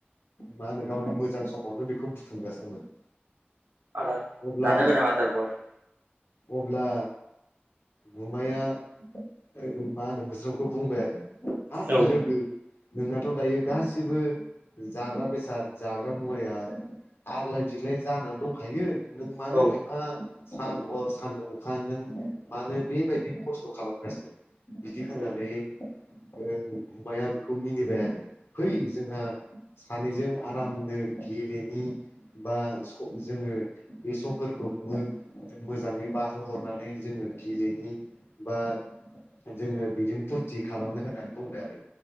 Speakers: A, on the left; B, on the right.
A: मा होनो गावनि मोजां समावनो बेखौ बुथुमगासिनोमोन।
B: आदार
A: अब्ला
B: जानो गोनां आदारखौ आरो
A: अब्ला गुमाया मा होनो मोस्रोमखौ बुंबाय आरो हाब
B: औ
A: लोगो नोंनाथ' दायो गासिबो जाग्रा बेसाद जाग्रा मुवाया आग्लाय बिग्लाय जानानै दंखायो। नों मानो
B: औ
A: एफा सान हर सानदुं अखा नों मानो बेबायदि खस्थ' खालामगासिनो बिदि होननानै
B: औ
A: रों गुमाबाया बेखौ मिनिबाय आरो फै जोंहा सानैजों आरामनो गेलेनि बा जोङो बे समफोरखौ नो मोजाङै बारहो हरनानै जोङो गेलेनि बा जोङो बिदिनो फुरथि खालामनो होननानै बुंबाय आरो